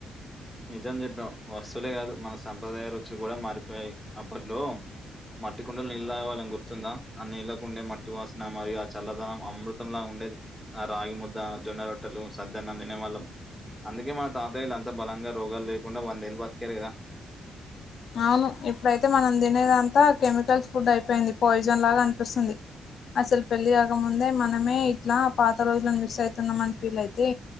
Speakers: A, in the centre; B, on the left.
A: నిజం చెప్పవ్ వస్తువులే కాదు మన సంప్రదాయ రుచులు కూడా మారిపోయాయి అప్పట్లో మట్టి కుండలు నీళ్ళ దాగలని గుర్తుందా ఆ నీళ్ళకుండే మట్టి వాసన మరియు ఆ చల్లదనం అమృతంలా ఉండేది ఆ రాగి ముద్ద జొన్న రొట్టెలు సద్దన్నం తినేవాళ్ళం అందుకే మన తాతయ్యలు అంత బలంగా రోగాలు లేకుండా వందేళ్ళ బతికారు కదా
B: అవును ఇప్పుడైతే మనం తినేదంతా కెమికల్స్ ఫుడ్ అయిపోయింది పాయిజన్ లాగా అనిపిస్తుంది అసలు పెళ్లి కాకముందే మనమే ఇట్లా పాత రోజులను మిస్ అవుతున్నాం అని ఫీల్ అయితే